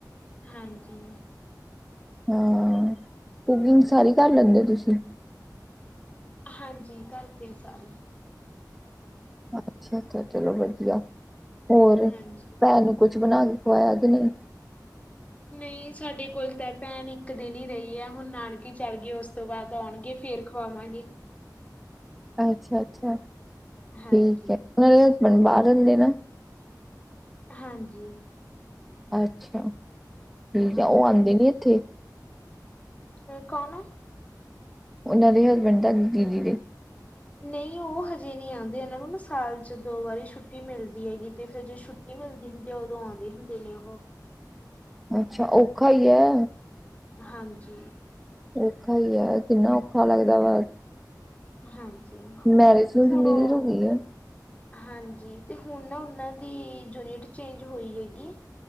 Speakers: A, on the left; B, in the centre.
A: ਹਾਂਜੀ।
B: ਹਾਂ ਕੁਕਿੰਗ ਸਾਰੀ ਕਰ ਲੈਂਦੇ ਹੋ ਤੁਸੀਂ।
A: ਹਾਂਜੀ ਘਰ ਪੇ ਹੀ ਸਾਰੇ
B: ਅੱਛਾ-ਅੱਛਾ ਚਲੋ ਵਧੀਆ, ਹੋਰ
A: ਹਾਂਜੀ
B: ਭੈਣ ਨੂੰ ਕੁਛ ਬਣਾ ਕੇ ਖਵਾਇਆ ਕਿ ਨਹੀਂ?
A: ਨਹੀਂ ਸਾਡੇ ਕੋਲ ਤਾਂ ਭੈਣ ਇੱਕ ਦਿਨ ਹੀ ਰਹੀ ਹੈ ਹੁਣ ਨਾਨਕੇ ਚੱਲ ਗਈ ਉਸ ਤੋਂ ਬਾਅਦ ਆਉਣਗੇ ਫੇਰ ਖ ਖਵਾਵਾਂਗੇ।
B: ਅੱਛਾ-ਅੱਛਾ ਠੀਕ
A: ਹਾਂਜੀ
B: ਹੈ, ਉਹਨਾਂ ਦੇ ਹਸਬੈਂਡ ਬਾਹਰ ਰਹਿੰਦੇ ਨਾ।
A: ਹਾਂਜੀ।
B: ਅੱਛਾ! ਠੀਕ
A: ਹਾਂਜੀ
B: ਆ ਉਹ ਆਂਦੇ ਨੀ ਇੱਥੇ।
A: ਏ ਕੌਣ?
B: ਉਹਨਾਂ ਦੇ ਹਸਬੈਂਡ ਤੁਹਾਡੀ ਦੀਦੀ ਦੇ।
A: ਨਹੀਂ ਉਹ ਹਜੇ ਨਹੀਂ ਆਉਂਦੇ ਇਹਨਾਂ ਨੂੰ ਨਾ ਸਾਲ'ਚ ਦੋ ਵਾਰੀ ਛੁੱਟੀ ਮਿਲਦੀ ਹੈਗੀ ਤੇ ਫੇਰ ਜੇ ਛੁੱ ਟੀ ਮਿਲਦੀ ਹੁੰਦੀ ਉਦੋਂ ਆਉਂਦੇ ਹੁੰਦੇ ਨੇ ਉਹ
B: ਅੱਛਾ ਔਖਾ ਹੀ ਐ।
A: ਹਾਂਜੀ।
B: ਔਖਾ ਹੀ ਐ ਕਿੰਨਾ ਔਖਾ ਲੱਗਦਾ ਵਾ।
A: ਹਾਂਜੀ
B: ਮੈਰਿਜ ਨੂੰ
A: ਹੁਣ
B: ਕਿੰਨੀ
A: ਉਹ
B: ਦੇਰ ਹੋ ਗਈ ਐ?
A: ਹਾਂਜੀ ਤੇ ਹੁਣ ਨਾ ਉਹਨਾਂ ਦੀ ਯੂਨਿਟ ਚੇਂਜ ਹੋਈ ਹੈਗੀ।